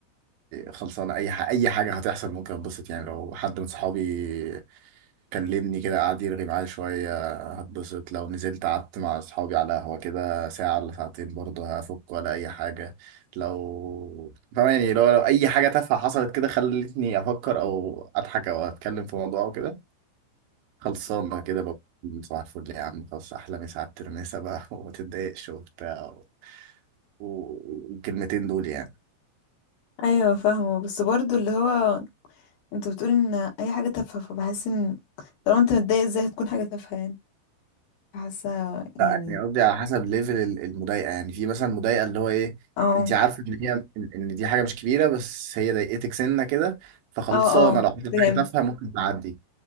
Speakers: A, on the right; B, on the left.
A: خلصانة اي حاجة اي حاجة هتحصل ممكن اتبسط يعني لو حد من صحابي كلمني كده قعد يرغي معايا شوية هتبسط لو نزلت قعدت مع أصحابي على قهوة كده ساعة ولا ساعتين برضه هفك ولا أي حاجة لو فاهم يعني لو, لو أي حاجة تافهة حصلت كده خلتني أفكر أو أضحك أو أتكلم في موضوع أو كده خلصانة كده بكون صباح الفل يا عم خلاص أحلى مسا على الترميسة بقى <laughs> وما تتضايقش وبتاع و- والكلمتين دول يعني
B: ايوه فاهمه بس برضو اللي هو انت بتقول ان اي حاجه تافهه فبحس ان طالما انت متضايق ازاي هتكون حاجه تافهه يعني حاسه
A: لا
B: يعني
A: يعني قصدي على حسب ليفل ال- المضايقه يعني في مثلا مضايقه اللي هو ايه
B: اه
A: انت عارفه ان هي ان إن دي حاجه مش كبيره بس هي ضايقتك سنه كده فخلصانه
B: اه اه
A: لو حصلت
B: فهمت
A: حاجه تافهه ممكن تعدي